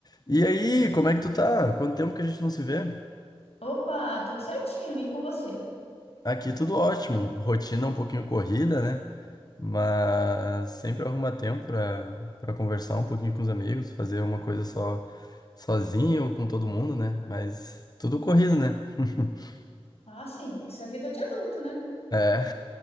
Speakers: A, on the left; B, on the left.
A: E aí, como é que tu tá? Quanto tempo que a gente não se vê?
B: Opa, tudo certinho, e com você?
A: Aqui tudo ótimo. Rotina um pouquinho corrida, né? Mas sempre arruma tempo pra, pra conversar um pouquinho com os amigos, fazer uma coisa só sozinho ou com todo mundo, né? Mas tudo corrido, né? <laughs>
B: Ah, sim, isso é vida de adulto, né?
A: É.